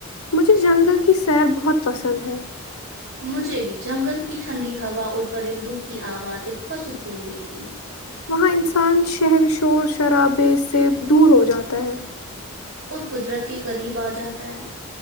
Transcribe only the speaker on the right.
مجھے بھی جنگل کی ٹھنڈی ہوا اور پرندوں کی آوازیں بہت سکون دیتی ہے
اور قدرت کے قریب آ جاتا ہے